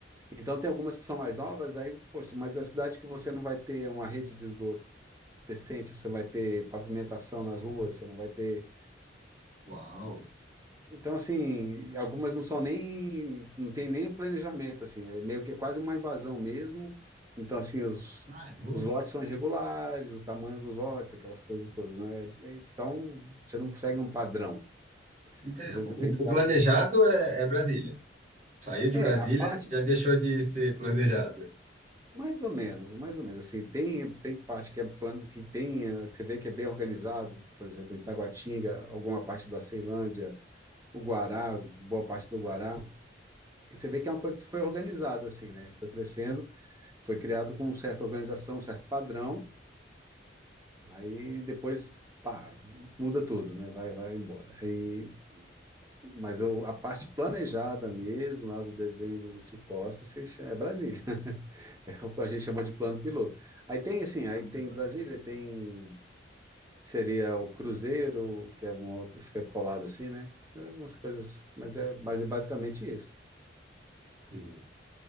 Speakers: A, on the right; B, on the right.
A: Então, tem algumas que são mais novas, aí, poxa, mas é a cidade que você não vai ter uma rede de esgoto decente, você vai ter pavimentação nas ruas, você não vai ter.
B: Uau.
A: Então, assim, algumas não são nem, não tem nem o planejamento, assim, é meio que é quase uma invasão mesmo. Então, assim, os,
B: Ah, é.
A: os lotes são irregulares, o tamanho dos lotes, aquelas coisas todas, né? É- é, Então, você não segue um padrão.
B: Inter-
A: Os outros-
B: O,
A: Tem lugares.
B: o planejado é, é Brasília. Saiu de
A: É,
B: Brasília,
A: a parte
B: já deixou de ser planejado.
A: Mais ou menos, mais ou menos. Assim, tem, tem parte que é plano, que tem, eh, que você vê que é bem organizado, por exemplo, Itaguatinga, alguma parte da Ceilândia, o Guará, boa parte do Guará. E você vê que é uma coisa que foi organizada, assim, né? Foi crescendo, foi criado com certa organização, certo padrão, aí depois, pá, muda tudo, né? Vai, vai embora. aí mas eu- a parte planejada mesmo, lá do desenho do Lúcio Costa, se chama- é Brasília. <laughs> É o que a gente chama de plano piloto. Aí tem assim, aí
B: Muito
A: tem
B: bom.
A: Brasília, tem que seria o Cruzeiro, que é uma outra, fica colado assim, né? É umas coisas, mas é, mas é basicamente isso.
B: Sim.